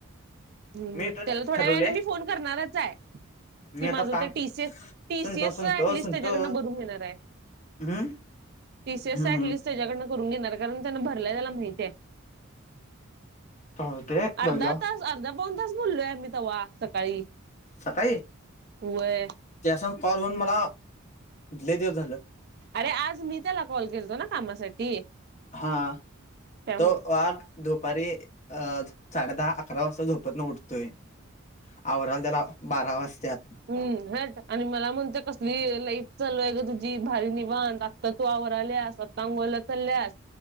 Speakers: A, on the right; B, on the left.
A: हम्म
B: मी तर
A: त्याला थोड्या
B: ठरवले
A: वेळेने मी फोन करणारच आहे. कि
B: मी आता
A: माझं
B: काम
A: ते टी सी, टी
B: सुनतो
A: सी एसच
B: सुनतो
A: ऍटलिस्ट
B: सुनतो
A: त्याच्याकडनं भरून घेणार आहे.
B: हम्म.
A: टी सी एसच
B: हम्म
A: अटलिस्ट त्याच्याकडनं करून घेणार कारण त्यांना भरलाय त्याला माहितीय आहे.
B: चालतंय
A: अर्धा
B: बघूया
A: तास. अर्धा पावन तास बोललोय आम्ही तव्हा सकाळी.
B: सकाळी,
A: होय
B: त्या संग कॉल होऊन मला, लय दिवस झालं.
A: अरे आज मी त्याला कॉल केलतो ना कामासाठी.
B: हा,
A: त्यामुळं
B: तो वात दुपारी अ साडे दहा, अकरा वाजता झोपतन उठतोय. आवरायला त्याला बारा वाजत्यात.
A: हम हट आणि मला म्हणतोय कसली लाईफ चालू आहे ग तुझी भारी निवांत. आता तू आवराल्यास आतां अंगोला चालल्यास,